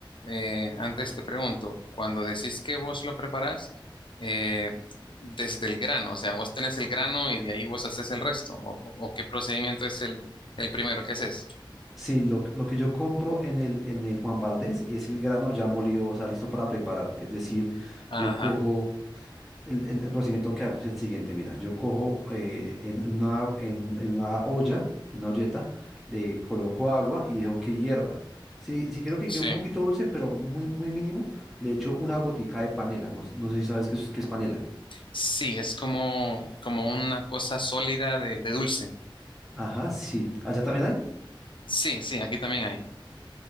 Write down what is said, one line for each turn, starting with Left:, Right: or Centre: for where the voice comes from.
Left: eh, antes te pregunto, cuando decís que vos lo preparás, eh, desde el grano, o sea, vos tenés el grano y de ahí vos haces el resto, o, o- o qué procedimiento es el, el primero que haces.
Centre: Sí, lo, lo que yo compro en el, en el Juan Valdés es el grano ya molido, o sea, listo para preparar. Es decir,
Left: Ajá,
Centre: yo cojo... El, el- el procedimiento que hago es el siguiente, mira, yo cojo eh, en una, en, en una olla, en una olleta, le coloco agua y dejo que hierva. Si, si quiero que
Left: sí.
Centre: quede un poquito dulce, pero muy, muy mínimo, le echo una gotica de panela. No, s- no sé si sabes qué es, qué es panela.
Left: Sí, es como, como una cosa sólida de, de dulce.
Centre: Ajá, sí. ¿Allá también hay?
Left: Sí, sí, aquí también hay.